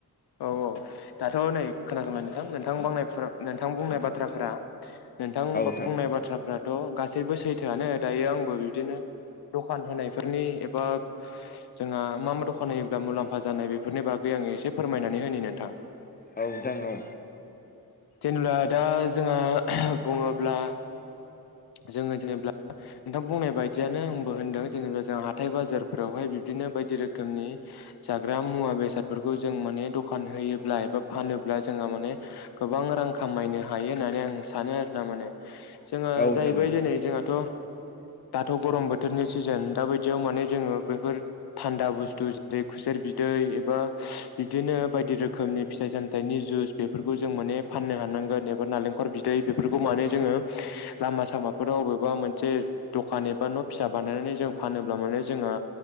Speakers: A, on the left; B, on the left.
A: औ औ दाथ' नै खोनासंलाय नोंथां नोंथां बांनायफुरा नोंथां बुंनाय बाथ्राफोरा नोंथां
B: औ
A: बुंनाय बाथ्राफ्राथ' गासैबो सैथोआनो दायो आंबो बिदिनो दखान होनायफोरनि एबा जोंहा मा मा दखान होयोब्ला मुलाम्फा जानाय बेफोरनि बागै आं एसे फोरमायनानै होेनि नोंथां।
B: औ दां औ।
A: जेनेबा दा जोङो बुङोब्ला जोङो जेनेबा नोंथां बुंनाय बायदियानो आंबो होनदों जेनेबा जों हाथाय बाजारफोरावहाय बिदिनो बायदि रोखोमनि जाग्रा मुवा बेसादफोरखौ जों माने दखान होयोब्ला एबा फानो होनजोङो माने गोबां रां खामायनो हायो होननानै आं सानो आरो ना माने जोंहा
B: नोंथां
A: जाहैबाय
B: औ
A: दिनै जोंहाथ'
B: <inaudible>
A: दाथ' गरम बोथोरनि सिजोन दा बायदियाव माने जोङो बेफोर थान्दा बुस्थु जेरै खुसेर बिदै दै एबा बिब्दिनो बायदि रोखोमनि फिथाइ सामथायनि जुस बेफोरखौ जों माने फाननो हानांगोन एबा नारेंकल बिदै बेफोरखौ माने जोङो लामा सामाफोराव वबेबा मोनसे दखान एबा न' फिसा बानायनानै जों फानोब्ला माने जोंहा